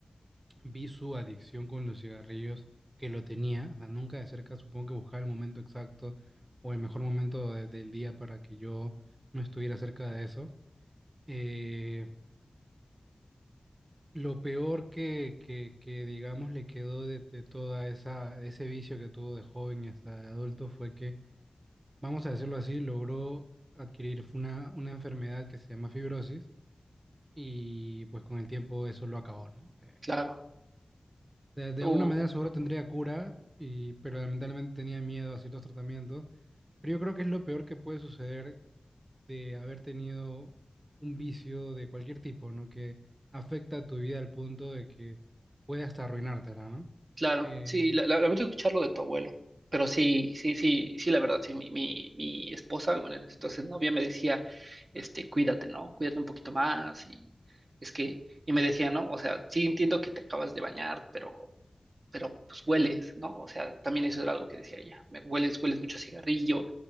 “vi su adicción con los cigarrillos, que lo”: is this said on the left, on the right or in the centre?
Right